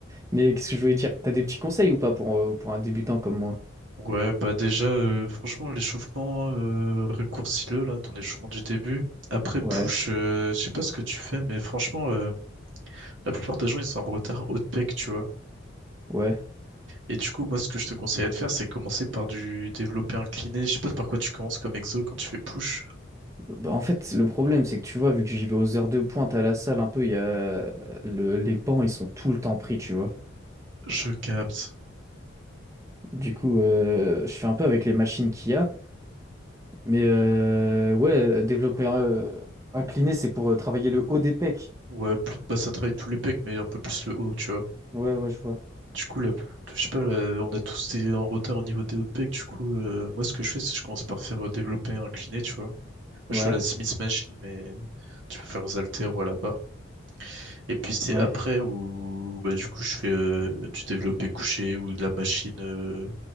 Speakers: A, on the right (about 15°); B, on the right (about 65°).
A: Mais qu'est-ce que je voulais dire? T'as des petits conseils ou pas pour, euh, pour un débutant comme moi?
B: Ouais, bah déjà, euh, franchement, l'échauffement, euh, raccourcis-le, là, ton échauffement du début. Après,
A: Ouais,
B: push, euh, je sais pas ce que tu fais, mais franchement, euh, La plupart des gens, ils sont en retard haut de pec, tu vois.
A: ouais.
B: Et du coup, moi, ce que je te conseillerais de faire, c'est commencer par du développé incliné. Je sais pas par quoi tu commences comme exo quand tu fais push.
A: Bah, en fait, le problème, c'est que tu vois, vu que j'y vais aux heures de pointe à la salle, un peu, il y a le- les bancs, ils sont tout le temps pris, tu vois.
B: Je capte.
A: Du coup, euh, je fais un peu avec les machines qu'il y a. Mais euh, ouais, développer euh, incliné, c'est pour euh, travailler le haut des pecs.
B: Ouais, plus de passe à travailler tous les pecs, mais un peu plus le haut, tu vois.
A: Ouais, ouais, je vois.
B: Du coup, là, je sais pas, là, on a tous été en retard au niveau des hauts de pec. Du coup, euh, moi, ce que je fais, c'est que je commence par faire euh, développé incliné, tu vois. Moi,
A: Ouais,
B: je fais la Smith Machine, mais tu peux faire aux haltères ou à la barre. Et puis, c'est
A: ouais.
B: après où, bah, du coup, je fais euh, du développé couché ou de la machine euh,